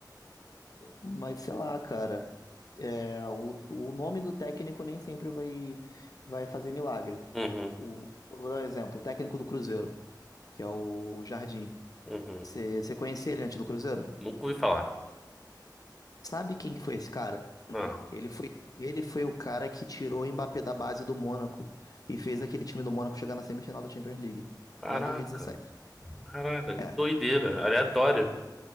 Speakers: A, on the left; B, in the centre.
A: Mas sei lá, cara, é, o, o nome do técnico nem sempre vai, vai fazer milagre.
B: Uhum.
A: O, eu vou dar um exemplo, o técnico do Cruzeiro, que é o Jardim.
B: Uhum.
A: Você você conhecia ele antes do Cruzeiro?
B: Nunca ouvi falar.
A: Sabe quem que foi esse cara? <clears throat>
B: Ah,
A: Ele foi, ele foi o cara que tirou o Mbappé da base do Mônaco e fez aquele time do Mônaco chegar na semifinal da Champions League,
B: caraca,
A: lá em 2017.
B: caraca, que
A: É,
B: doideira, aleatório.